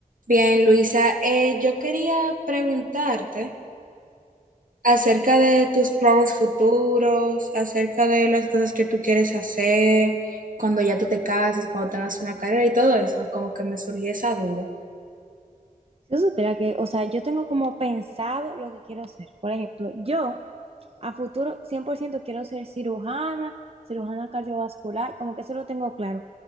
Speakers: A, on the right; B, on the right.
A: Bien, Luisa, eh, yo quería preguntarte acerca de tus planes futuros, acerca de las cosas que tú quieres hacer, cuando ya tú te cases, cuando tengas una carrera y todo eso, como que me surgió esa duda.
B: Si tú supieras que, o sea, yo tengo como pensado lo que quiero ser. Por ejemplo, yo a futuro 100% quiero ser cirujana, cirujana cardiovascular, como que eso lo tengo claro.